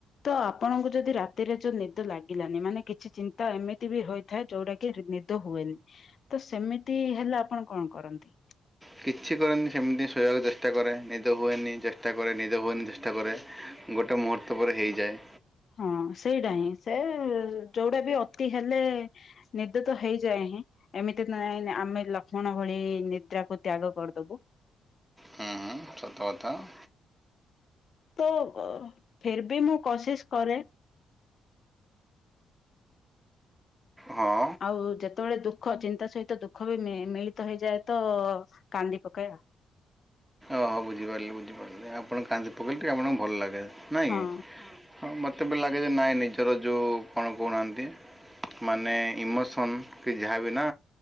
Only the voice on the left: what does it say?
ତ ଆପଣଙ୍କୁ ଯଦି ରାତିରେ ଯୋଉ ନିଦ ଲାଗିଲାନି ମାନେ କିଛି ଚିନ୍ତା ଏମିତି ବି ହୋଇଥାଏ ଯୋଉଟା କି ନିଦ ହୁଏନି ତ ସେମିତି ହେଲା ଆପଣ କଣ କରନ୍ତି?
ହଁ ସେଇଟା ହିଁ ସେ ଯୋଉଟା ବି ଅତି ହେଲେ ନିଦ ତ ହେଇଯାଏ ହିଁ। ଏମିତି ତ ନାଇଁ ଆମେ ଲକ୍ଷ୍ମଣ ଭଳି ନିଦ୍ରାକୁ ତ୍ୟାଗ କରିଦବୁ।
ତ ଫର ବି ମୁଁ କଶିସ କରେ।
ଆଉ ଯେତେବେଳେ ଦୁଃଖ ଚିନ୍ତା ସହିତ ଦୁଃଖ ବି ମି ମିଳିତ ହେଇଯାଏ ତ କାନ୍ଦି ପକାଏ।
ହଁ